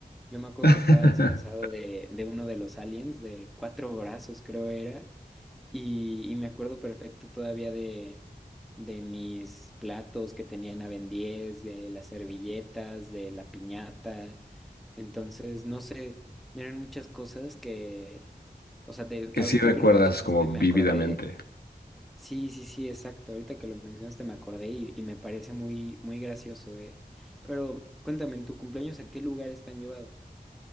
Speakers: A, in the centre; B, on the left (about 75°).
A: Yo me acuerdo
B: <laughs>
A: que estaba disfrazado de, de uno de los aliens, de cuatro brazos creo era, y, y me acuerdo perfecto todavía de, de mis platos que tenían a Ben 10, de las servilletas, de la piñata, entonces no sé, eran muchas cosas que... O sea, de,
B: Que
A: ahorita
B: sí recuerdas
A: que lo mencionaste
B: como
A: me
B: vívidamente.
A: acordé Sí, sí, sí, exacto. Ahorita que lo mencionaste me acordé y, y me parece muy, muy gracioso, eh. Pero cuéntame, ¿en tu cumpleaños a qué lugares te han llevado?